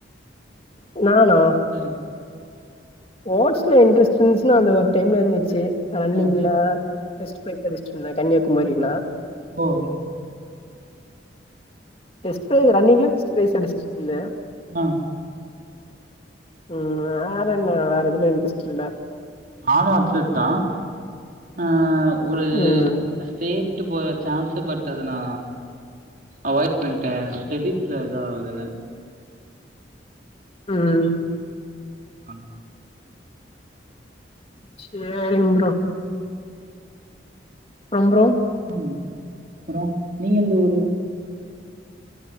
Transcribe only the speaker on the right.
ம்
ம்.
போ
நா
மானு அத்தர் தா ஆ ஒரு
ஸ்டேட் போற சான்ஸ் பட் அதுனா அவாய்ட் பண்டே ஸ்டடிஸ்ல இதா ஆவுதுன்னு
ஆ
ம் அப்றோ நீங்க எந்த ஊரு